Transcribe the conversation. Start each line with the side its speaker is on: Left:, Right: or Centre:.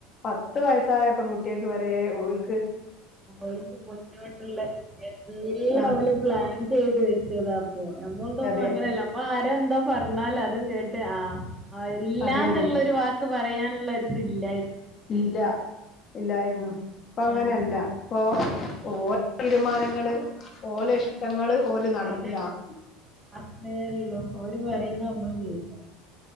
Left: പത്ത് വയസായ പെൺകുട്ടിയാക്ക് വെരെ ഓൽക്ക്
Right: ഓൽക്ക് മുന്നോട്ടുള്ള എല്ലാം
Left: ആ
Right: ഓൽ പ്ലാൻ ചെയ്ത് വെച്ചത് അപ്പൊ ഞമ്മൾ തോന്നും
Left: അതെ
Right: അങ്ങനെയല്ല ഞമ്മൾ ആരാ എന്തോ പറഞ്ഞാലതും കേട്ട് ആ ആ ഇല്ലാന്നുള്ള
Left: അത് തന്നെ
Right: ഒരു വാക്ക് പറയാനുള്ളരിതില്ല
Left: ഇല്ല ഇല്ലായിരുന്നു ഇപ്പൊ അങ്ങനെയല്ല
Right: ആഹ്
Left: ഇപ്പോ ഓരോ തീരുമാനങ്ങള് ഓലെ ഇഷ്ടങ്ങള് ഓല് നടപ്പിലാക്കി
Right: അതെ അത്രേ ഉള്ളൂ ഓര് പറയുന്ന നമ്മള് കേൾക്കാ